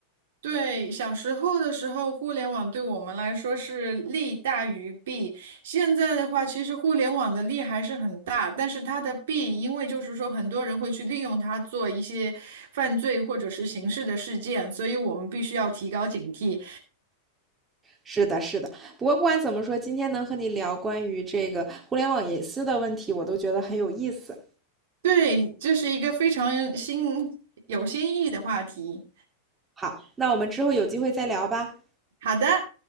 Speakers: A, on the right; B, on the right.
A: 对，小时候的时候，互联网对我们来说是利大于弊。现在的话，其实互联网的利还是很大，但是它的弊，因为就是说很多人会去利用它做一些犯罪或者是刑事的事件，所以我们必须要提高警惕。
B: 是的，是的。不过不管怎么说，今天能和你聊关于这个互联网隐私的问题，我都觉得很有意思。
A: 对，这是一个非常新、有新意的话题。
B: 好，那我们之后有机会再聊吧。
A: 好的。